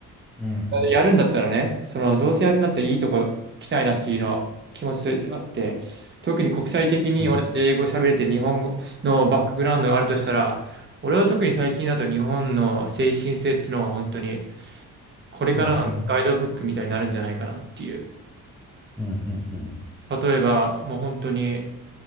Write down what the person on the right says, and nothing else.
やるんだったらね、
そのどうせやるんだったらいいとこ行きたいなっていうのは気持ちとあって、特に国際的に俺たち英語喋れて日本語のバックグラウンドがあるとしたら、
俺は特に最近だと日本の精神性っていうのは本当にこれからのガイドブックみたいになるんじゃないかなっていう。
例えばもう本当に